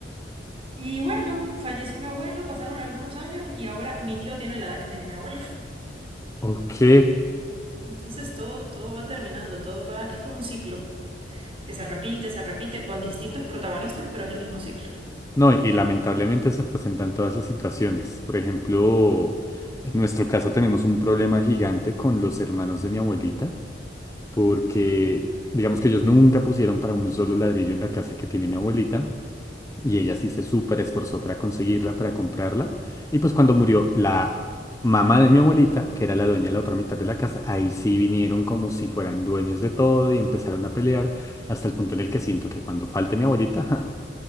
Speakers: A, on the right (about 30°); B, on the left (about 15°).
A: Y bueno, falleció mi abuelo, pasaron algunos años y ahora mi tío tiene la edad que tenía mi abuelo. <laughs>
B: Ok.
A: Entonces todo, todo va terminando, todo va, es como un ciclo que se repite, se repite con distintos protagonistas, pero es el mismo ciclo.
B: No, y, y lamentablemente se presentan todas esas situaciones. Por ejemplo, en nuestro caso tenemos un problema gigante con los hermanos de mi abuelita, porque
A: Ujú.
B: digamos que ellos nunca pusieron para un solo ladrillo en la casa que tiene mi abuelita, y ella sí se súper esforzó para conseguirla, para comprarla, y pues cuando murió la mamá de mi abuelita, que era la dueña de la otra mitad de la casa, ahí sí vinieron como si fueran dueños de todo y empezaron a pelear, hasta el punto en el que siento que cuando falte mi abuelita... <laughs>